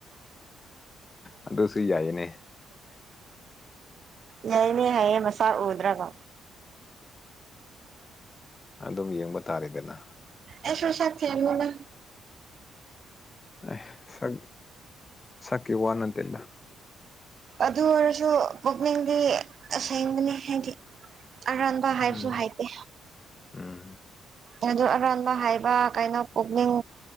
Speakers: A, on the left; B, on the right.
A: ꯑꯗꯨꯗꯣꯁꯨ ꯌꯥꯏꯅꯦ
B: ꯅꯅꯦ ꯍꯥꯏꯌꯦ ꯃꯁꯥ ꯎꯗ꯭ꯔꯥꯒ
A: ꯑꯗꯨꯝ ꯌꯦꯡꯕ ꯇꯥꯔꯦꯗꯅ
B: ꯑꯦꯁꯣꯏ ꯁꯥ ꯊ ꯃꯅ
A: ꯑ ꯁ ꯁꯀꯤ ꯍꯅꯗꯂ
B: ꯑꯗꯨ ꯑꯣꯏꯔꯁꯨ ꯄꯨꯛꯅꯤꯡꯗꯤ ꯑꯁꯦꯡꯕꯅꯤ ꯍꯥꯏꯗꯤ ꯑꯔꯥꯟꯕ ꯍꯥꯏꯕꯁꯨ
A: ꯎꯝ
B: ꯍꯥꯏꯇꯦ
A: ꯎꯝ
B: ꯑꯗꯨ ꯑꯔꯥꯟꯕ ꯍꯥꯏꯕ ꯀꯥꯏꯅ ꯑꯣꯐ ꯄꯨꯛꯅꯤꯡ